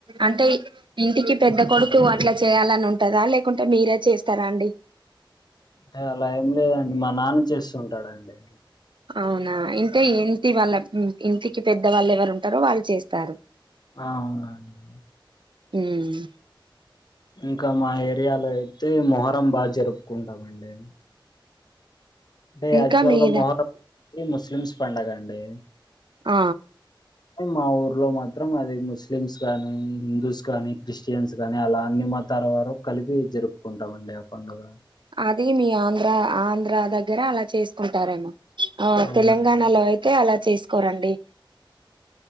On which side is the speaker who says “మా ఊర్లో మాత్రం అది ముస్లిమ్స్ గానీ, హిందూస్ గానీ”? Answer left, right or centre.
Left